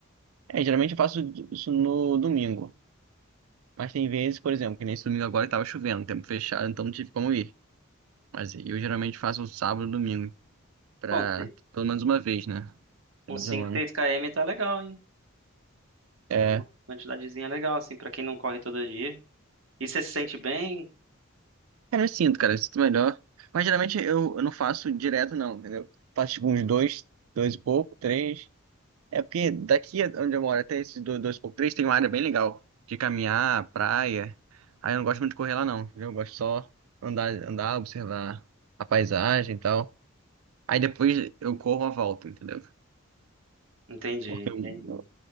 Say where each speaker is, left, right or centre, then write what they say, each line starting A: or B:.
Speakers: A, on the right; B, on the right.
A: É, geralmente eu faço isso no domingo. Mas tem vezes, por exemplo, que nesse domingo agora estava chovendo, tempo fechado, então não tive como ir. Mas eu geralmente faço um sábado, domingo, pra
B: Bom, ci-
A: pelo menos uma vez, né? Toda
B: uns
A: semana.
B: 5, 6 km tá legal, hein?
A: É,
B: É uma quantidadezinha legal, assim, pra quem não corre todo dia. E você se sente bem?
A: cara, eu sinto, cara, eu sinto melhor. Mas geralmente eu, eu não faço direto, não, entendeu? Faço tipo uns dois, dois e pouco, três. É porque daqui a- onde eu moro até esse do- 2x3 tem uma área bem legal de caminhar, praia. Aí eu não gosto muito de correr lá não, entendeu? Eu gosto só andar, andar, observar a paisagem e tal. Aí depois eu corro a volta, entendeu?
B: Entendi,
A: Porque
B: entendi.
A: eu,